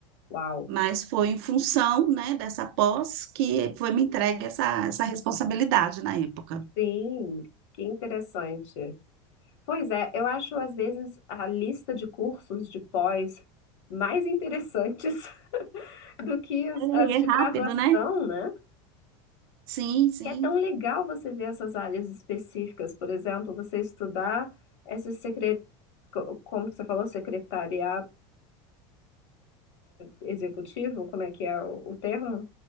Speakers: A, on the left (about 75°); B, on the right (about 55°).
A: Uau.
B: Mas foi em função, né, dessa pós que foi me entregue essa, essa responsabilidade na época.
A: Sim, que interessante. Pois é, eu acho às vezes a lista de cursos de pós mais interessantes <laughs> do que as,
B: É,
A: as
B: e é
A: de graduação,
B: rápido, né?
A: né?
B: Sim, sim.
A: É tão legal você ver essas áreas específicas. Por exemplo, você estudar esse secre... co- Como que você falou? Secretariado executivo? Como é que é o o termo?